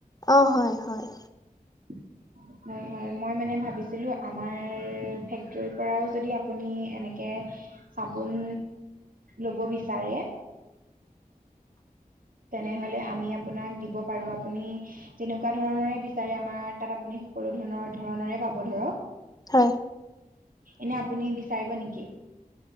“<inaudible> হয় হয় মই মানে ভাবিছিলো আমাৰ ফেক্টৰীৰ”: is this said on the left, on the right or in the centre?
Right